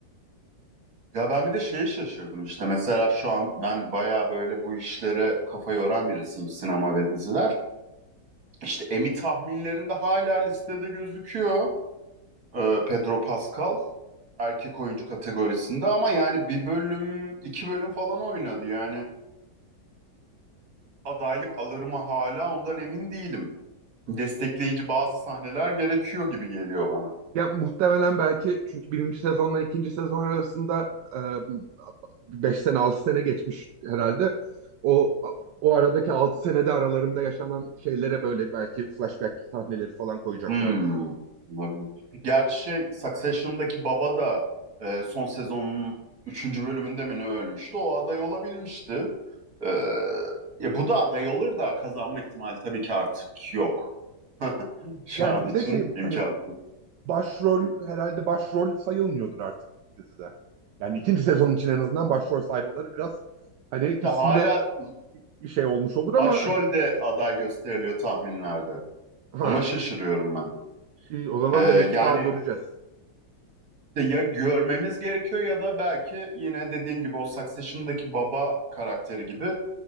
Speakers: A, on the right; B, on the right.
A: Ya ben bir de şeye şaşırdım işte mesela şu an ben bayağı böyle bu işlere kafa yoran birisiyim sinema ve diziler. İşte Emmy tahminlerinde hala listede gözüküyor Ee, Pedro Pascal erkek oyuncu kategorisinde ama yani bir bölüm iki bölüm falan oynadı yani adaylık alır mı hala ondan emin değilim. Destekleyici bazı sahneler gerekiyor gibi geliyor bana.
B: Ya muhtemelen belki çünkü birinci sezonla ikinci sezon arasında e, beş sene altı sene geçmiş herhalde. O o aradaki altı senede aralarında yaşanan şeylere böyle belki flashback sahneleri falan koyacaklardır.
A: Hmm, olabilir. Gerçi şey Succession'daki baba da e, son sezonun üçüncü bölümünde mi ne ölmüştü? O aday olabilmişti. E, ya bu da aday olur da kazanma ihtimali tabii ki artık yok. <laughs> Şu
B: Yani
A: an
B: bir
A: için
B: de şey
A: imkansız.
B: hani başrol herhalde başrol sayılmıyordur artık dizide. Yani ikinci sezon için en azından başrol saymaları biraz hani
A: İşte
B: ismine
A: hala
B: bir şey olmuş olur ama
A: başrolde
B: hani
A: aday gösteriliyor tahminlerde.
B: ha
A: Ona şaşırıyorum ben.
B: iyi, o zaman
A: E,
B: demek
A: yani
B: ki daha göreceğiz.
A: işte ya görmemiz gerekiyor ya da belki yine dediğin gibi o Succession'daki baba karakteri gibi